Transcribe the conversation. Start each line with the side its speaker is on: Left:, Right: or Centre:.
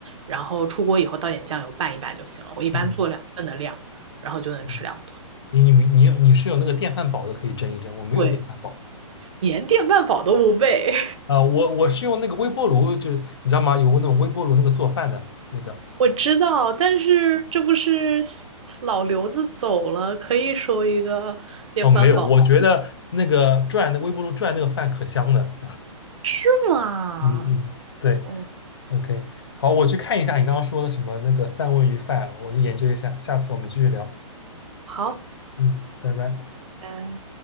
Right: 然后出锅以后倒点酱油拌一拌就行了。我一般做两份的量，
Left: 嗯
Right: 然后就能吃两顿。
Left: 嗯，你你你你是有那个电饭煲的，可以蒸一蒸，我没有电饭煲。
Right: 对，连电饭煲都不备。
Left: 啊，我我是用那个微波炉，就是你知道吗？有那种微波炉那个做饭的那个。
Right: 我知道，但是这不是西老刘子走了，可以收一个电饭煲，
Left: 哦，没有，我觉得那个转那个微波炉转那个饭可香了。
Right: 是吗？
Left: 嗯嗯，对
Right: 哦，
Left: ，OK，好，我去看一下你刚刚说的什么那个三文鱼饭，我去研究一下，下次我们继续聊。
Right: 好，
Left: 嗯，拜拜。
Right: 拜。